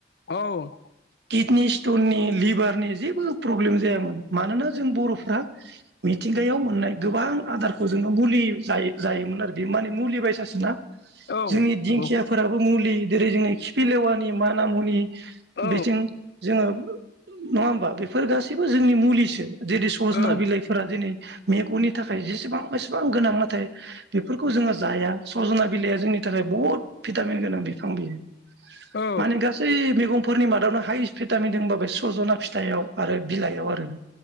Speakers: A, on the left (about 55°); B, on the right (about 60°).
A: औ
B: किडनि स्टननि लिभारनि जेबो प्रब्लेम जायामोन मानोना जों बर'फ्रा मिथिंगायाव मोननाय गोबां आदारखौ जोंङो मुलि जायो-जायोमोन आरो बे माने मुलि बायसासोना।
A: औ
B: जोंनि दिंखियाफोराबो
A: नंगौ
B: मुलि जेरै जोंनि खिफिलेवानि माना मुनि
A: औ
B: बिथिं जोंङो नंङा ओमबा बे बेफोर गासैबो जोंनि मुलिसो जेरै सजना
A: औ
B: बिलाइफोरा दिनै मेगननि नि थाखाय जेसेबां बेसेबां गोनां नाथाय बेफोरखौ जोंङो जाया सजना बिलाइआ जोंनि थाखाय बहुत भिटामिन गोनां बिफां बियो
A: औ
B: माने गासै मैगं फोरनि मादावनो हाइस भिटामिन दोंबा सजना फिथाइआव आरो बिलाइआव आरो।